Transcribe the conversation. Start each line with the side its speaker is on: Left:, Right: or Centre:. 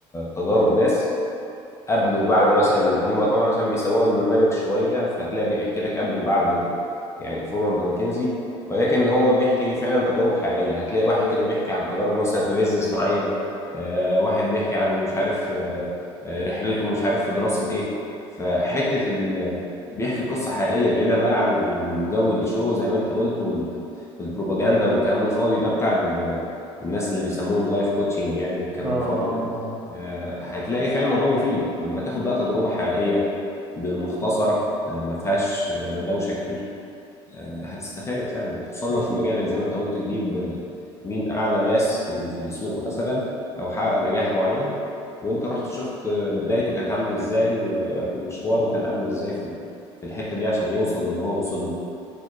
Left: تجارب ناس قبل وبعد مثلا هم طبعا عشان بيسوقوا البرنامج شويه فهتلاقي بيحكي لك قبل وبعد يعني فورورد ماكنزي ولكن هو بيحكي فعلا تجارب حقيقيه هتلاقي واحد كده بيحكي عن تجاربه مثلا في بيزنس معين آه، واحد بيحكي عن مش عارف آه، آه، رحلته مش عارف في دراسه ايه فحته ال... بيحكي قصه حقيقيه بعيدا بقى عن الجو الشو زي ما انت قلت وال... والبروباجندا والكلام الفاضي ده بتاع ال... الناس اللي بيسموهم لايف كوتشنج يعني والكلام
Right: اه اه
Left: الفاضي ده
Right: آه،
Left: آه، هتلاقي فعلا الموضوع مفيد لما تاخد بقى تجربة حقيقية ب- مختصرة آه، ما فيهاش آه، دوشة كتير آه، هتستفاد فعلا خصوصا لو
Right: اكيد
Left: في مجالك زي ما انت قلت تجيب آه، مين أعلى ناس في ال- في السوق مثلا أو حقق نجاح معين وانت رحت شفت آه، بدايته كانت عاملة ازاي و- ومشواره كان عامل ازاي في ال- في الحتة دي عشان يوصل اللي هو وصل له